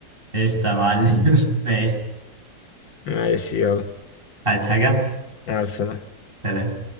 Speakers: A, on the right; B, on the left.
A: قشطة يا معلم <laughs> ماشي
B: ماشي يلا
A: عايز حاجة؟
B: مع السلامة
A: سلام